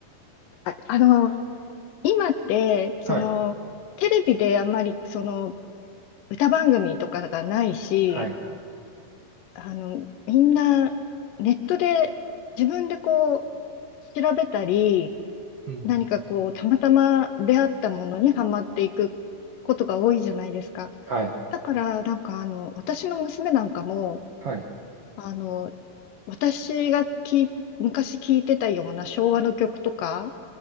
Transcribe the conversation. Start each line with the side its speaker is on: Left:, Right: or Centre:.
Left: あ、あの、今って、その、
Right: はい。
Left: テレビであんまり、その、歌番組とかがないし、
Right: はい。はい。
Left: あの、みんな、ネットで自分でこう、調べたり、
Right: うんうん
Left: 何かこう、たまたま出会ったものにハマっていくことが多いじゃないですか。
Right: はい。
Left: だから、なんかあの、私の娘なんかも、
Right: はい。
Left: あの、私がき、昔聞いてたような昭和の曲とか